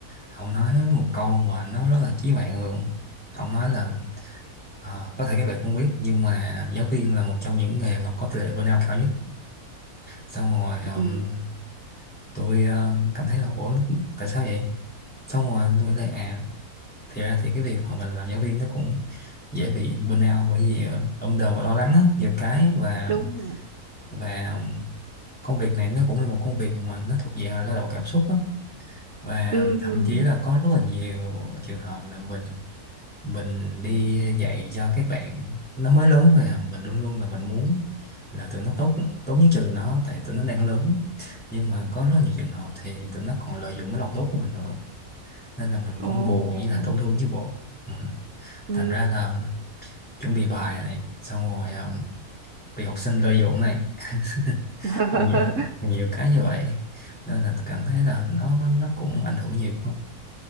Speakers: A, in the centre; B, on the right (about 55°).
A: ông nói một câu mà nó rất là chí mạng luôn ông nói là "Ờ, có thể các bạn không biết nhưng mà giáo viên là một trong những nghề mà có tỷ lệ burnout cao nhất xong rồi ừm,
B: ừ
A: tôi ờ, cảm thấy là ủa nó- tại sao vậy xong rồi tôi nghĩ là à thì ra thì cái việc mà mình làm giáo viên nó cũng dễ bị burnout bởi vì ờ, đông đờ và lo lắng á, nhiều cái và
B: đúng rồi
A: và công việc này nó cũng là một công việc mà nó thuộc dạng là lao động cảm xúc á và
B: ừ
A: thậm chí là có rất là nhiều trường hợp là mình mình đi dạy cho các bạn nó mới lớn thôi à mình luôn luôn là mình muốn là tụi nó tốt tốt nhất cho tụi nó tại tụi nó đang lớn nhưng mà có rất là nhiều trường hợp thì tụi nó còn lợi dụng cái lòng tốt của mình nữa nên là mình cũng
B: ồ
A: buồn như là tổn thương chứ bộ ừ.
B: ừ
A: thành ra là chuẩn bị bài này xong rồi ờ, bị học sinh lợi dụng này <laughs>
B: <laughs>
A: Ở nhiều nhiều cái như vậy nên là tôi cảm thấy là nó nó cũng ảnh hưởng nhiều không